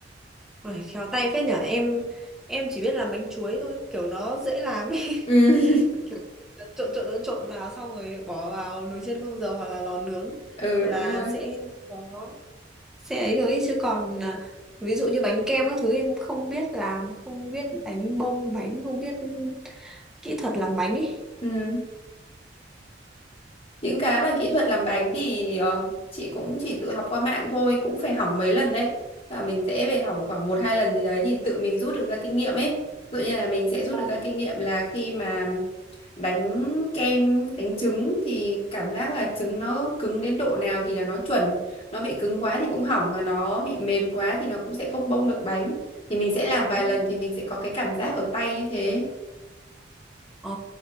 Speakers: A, in the centre; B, on the left (about 35°).
A: phải khéo tay phết nhở. Em em chỉ biết làm bánh chuối thôi, kiểu nó dễ làm ấy.
B: Ừ. <laughs>
A: <laughs> Trộn trộn trộn trộn vào xong rồi bỏ vào nồi chiên không dầu hoặc là lò nướng
B: ừ
A: là
B: đúng rồi
A: sẽ có sẽ ấy được ý. chứ còn à, ví dụ như bánh kem các thứ em không biết làm không biết đánh bông bánh không biết kỹ thuật làm bánh ấy
B: ừ những cái mà kỹ thuật làm bánh thì ờ, chị cũng chỉ tự học qua mạng thôi cũng phải hỏng mấy lần đấy và mình sẽ phải hỏng khoảng một hai lần gì đấy thì tự mình rút được ra kinh nghiệm ấy tự nhiên là mình sẽ rút
A: Vâng.
B: được ra kinh nghiệm là khi mà đánh kem đánh trứng thì cảm giác là trứng nó cứng đến độ nào thì là nó chuẩn nó bị cứng quá thì cũng hỏng và nó bị mềm quá thì nó cũng sẽ không bông được bánh thì mình sẽ làm vài
A: Ừ.
B: lần thì mình sẽ có cái cảm giác ở tay như thế
A: ờ,